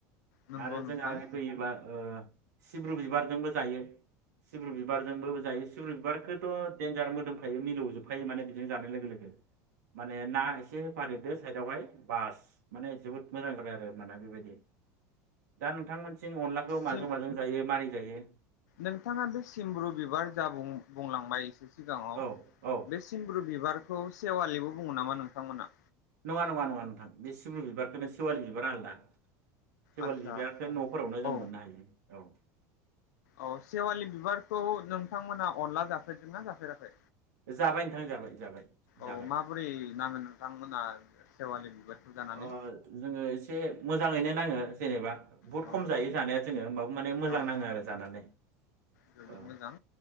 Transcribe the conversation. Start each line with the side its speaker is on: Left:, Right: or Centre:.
Left: नंगौ
Right: आरो
Left: नोंथां
Right: जोङा ओरै फैयो एबार ओ सिब्रु बिबारजोंबो जायो सिब्रु बिबारजोंबो जायो सिब्रु बिबारखौथ' देनजार मोदोमखायो मिलौजोब खायो माने बेजों जानाय लोगो लोगो माने ना एसे होफादेरदो साइदावहाय बास माने जोबोद मोजां जाबाय आरो होमबाना बेबायदि दा नोंथां मोनथिं अनलाखौ माजों
Left: सिम
Right: माजों जायो मारै जायो
Left: नोंथाङा बे सिमब्रु बिबार जा बुं-बुंलांबाय एसे सि सिगाङाव
Right: औ औ
Left: बे सिमब्रु बिबार खौ सेवालिबो बुङो नामा नोंथांमोना
Right: नङा नङा नङा नोंथां बे सिब्रु बिबारखौनो सिवालि बिबारा आलादा सेवा
Left: आदसा
Right: बिबारखो न'फोरावनो
Left: औ
Right: जों मोननो हायो औ
Left: औ सेवालि बिबारखौ नोंथांमोना अनला जाफेरदों ना जाफेराखै
Right: जाबाय नोंथां जाबाय जाबाय जाबाय
Left: औ माबोरै नांगोन नोंथांमोना सेवालि बिबारखौ जानानै
Right: ओ जोङो एसे मोजाङैनो नाङो जेनेबा बुहुत
Left: औ
Right: खम जायो जानाया जोङो होमबाबो माने मोजां
Left: औ
Right: नाङो आरो जानानै
Left: जोबोद
Right: औ
Left: मोजां